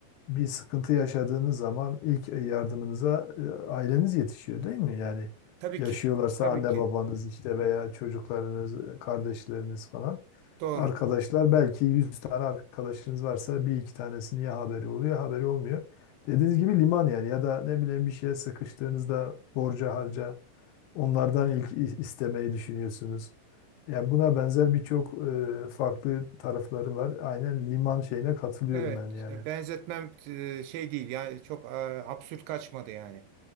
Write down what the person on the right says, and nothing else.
Tabii
ki. Tabii
ki.
Doğru.
Evet.
Ya benzetmem e, şey değil. Yani çok e, absürt kaçmadı yani.